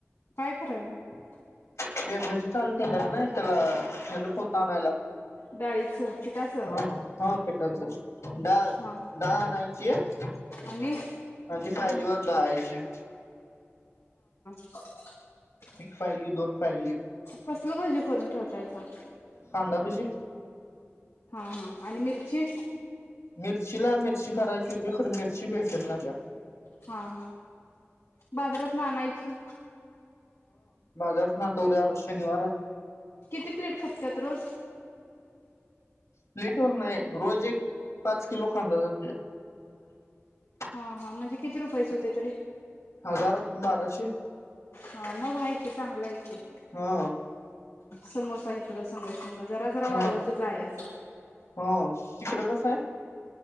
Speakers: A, on the left; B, on the left.
A: काय करायला
B: <unintelligible> चालू केल्यात नाही त्याला पोत आणायला
A: डाळीचं पिठाचं
B: हा हा पिठाच डाळ
A: हा
B: डाळ आणायची आहे
A: आणि
B: आणि ती पायरीवर <unintelligible>
A: <inaudible>
B: एक फाईली दोन पायली
A: कसल भजी करून ठेवताइसा
B: कांदा भजी
A: हां हां आणि मिरची
B: मिरचीला मिरची करायची होती खर मिरची भेटना झालीया.
A: हां हां बाजारातन आणायची
B: बाजारातन आणतो उद्या शनिवार हाय
A: किती प्लेट खपत्यात रोज
B: प्लेट वर नाही. रोज एक पाच किलो कांदा जातोय्. तेच
A: हां हां म्हणजे किती रुपयचं होतय तरी
B: हजार बाराशे
A: हा मग हाय की चांगलं आहे की
B: हा
A: समोसा काय इकडं सांगत सांगत‌ जरा जरा
B: हा
A: वाढवतच जायायचं
B: हा तिकडं कसं हाय?